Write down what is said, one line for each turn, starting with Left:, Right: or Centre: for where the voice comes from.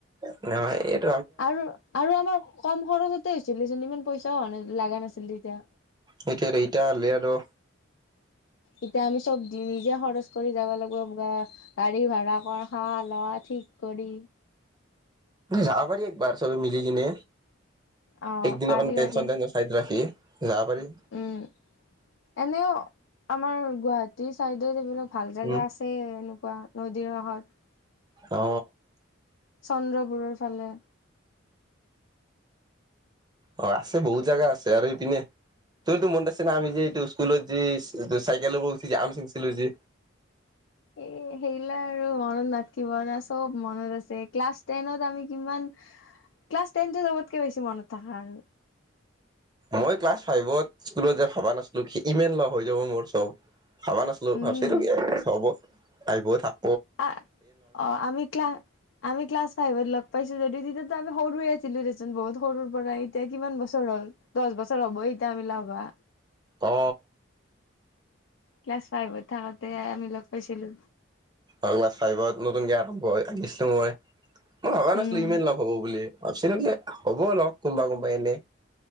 Right: এই <unintelligible>
Left: আৰু আৰু আমাৰ কম খৰচত তে হৈছিল দিচোন ইমান পইচাও লগা নাছিল তেয়তা।
Right: সেইটোৱেইতো ইতা হ'লে আৰু।
Left: ইতা আমি চব দি নিজে খৰচ কৰি যাবা লাগবো বা গাড়ী ভাড়া কৰ খাৱা লোৱা ঠিক কৰি।
Right: যাব পাৰি একবাৰ চবে মিলি কিনে
Left: অ
Right: একদিনৰ
Left: পাৰি
Right: কাৰণে টেনচন
Left: পাৰি
Right: চেনচন চাইদত ৰাখি যাৱ পাৰি
Left: উম এনেও আমাৰ গুৱাহা চাইডত এইবিলাক ভাল জেগা
Right: উম
Left: আছে এনেকুৱা নদীৰ কাষত
Right: অ
Left: চন্দ্ৰপুৰৰ ফালে
Right: অ আছে বহুত জেগা আছে আৰু ইপিনে তোৰতো মনত আছে না আমি যে এইটো স্কুলত যি চাইকেলৰ ওপৰত উঠি আম চিঙিছিলো যে
Left: এ সেগিলা আৰু মনত চব মনত আছে ক্লাছ টেনত আমি কিমান ক্লাছ টেনটো চবতকে বেছি মনত থাকা আৰু
Right: মই ক্লাছ ফাইভত স্কুলত যে ভবা নাছিলো সি ইমান লগ হৈ যাব মোৰ চব ভাবা নাছিলো
Left: উম
Right: ভাবছিলো কি আৰু হ'ব আইব থাক
Left: অ আমি ক্লা আমি ক্লছ ফাইভত অল পাইছোঁ যদি তেতিয়াতো আমি সৰুয়ে আছিলো দেচোন বহুত সৰুৰ পৰাই এতিয়া কিমান বছৰ হ'ল দচ বছৰ হ'বই এতিয়া আমি লগ হোৱা
Right: অ
Left: ক্লাছ ফাইভত থাকোতে আমি লগ পাইছিলো
Right: অ ক্লাছ ফাইভত নতুনকে আৰম্ভ আহিছিলো মই মই ভবা নাছিলো
Left: উম।
Right: ইমান লগ হ'ব বুলি ভাবছিলো কি হ'ব অলপ কোনোবা কোনোবা এনে